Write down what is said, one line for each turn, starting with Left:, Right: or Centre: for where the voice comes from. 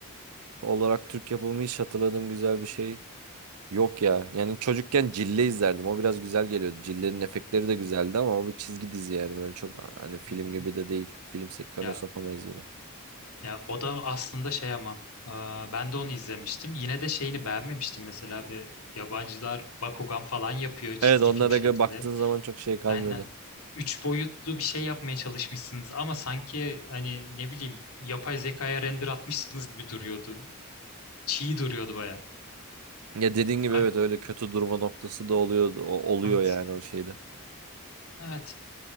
Right: olarak Türk yapımı hiç hatırladığım güzel bir şey Yok ya. Yani çocukken Cille izlerdim. O biraz güzel geliyordu. Cille'nin efektleri de güzeldi ama bu çizgi dizi yani böyle çok hani film
Left: Hı hı.
Right: gibi de değil. Film sektörüne
Left: Ya
Right: sokamayız bunu.
Left: ya o da aslında şey ama aa, ben de onu izlemiştim. Yine de şeyini beğenmemiştim mesela bir yabancılar Bakugan falan yapıyor çizgi
Right: Evet onlara
Left: film şeklinde.
Right: göre baktığın zaman çok şey kalmıyordu.
Left: Aynen üç boyutlu bir şey yapmaya çalışmışsınız ama sanki hani ne bileyim yapay zekaya render atmışsınız gibi duruyordu. Çiğ duruyordu baya.
Right: Ya dediğin gibi
Left: Ar-
Right: evet öyle kötü durma noktası da oluyor oluyor
Left: evet.
Right: yani o şeyde.
Left: Evet.